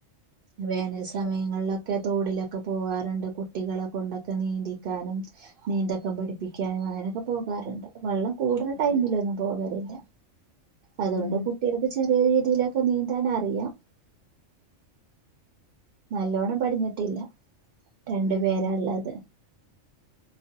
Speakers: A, on the right; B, on the left.
A: വേനൽ
B: ശോ
A: സമയങ്ങളിലൊക്കെ തൊടിലൊക്കെ ക്കെ പോകാറുണ്ട് കുട്ടികളെ കൊണ്ടൊക്കെ നീന്തിക്കാനും നീന്തക്കം പഠിപ്പിക്കാനും അങ്ങനെയൊക്കെ പോകാറുണ്ട് വെള്ളം- കൂടുതൽ
B: ഉം
A: ടൈമിലൊന്നും പോകലില്ല അതുകൊണ്ട്
B: ഉം
A: കുട്ടികൾക്ക് ച- വേറേ രീതിയിലൊക്കെ നീന്താൻ അറിയാം നല്ലോണം പഠഞ്ഞിട്ടില്ല രണ്ടു
B: ഉം
A: പേരള്ളത്